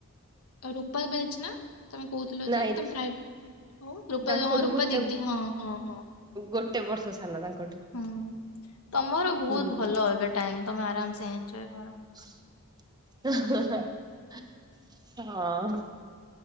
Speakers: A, on the left; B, on the right.
A: ତ ପ ବେଚ ନା <unintelligible> ତମେ କହୁଥିଲ
B: ନାଇଁ
A: ଯେମେ ହଁ
B: ତାଙ୍କଠୁ
A: ରୂପା
B: ଗୋଟେ
A: ଦିଦି ହଁ ହଁ ହଁ
B: ଗୋଟେ ବର୍ଷ ସାନ ତାଙ୍କଠୁ
A: ହଁ। ତମର ବହୁତ
B: ହୁଁ
A: ଭଲ ଏବେ ଟାଇମ ତମେ ଆରାମ ସେ। ଏନ୍ଜୟ କ
B: <inaudible> <inaudible> ହଁ।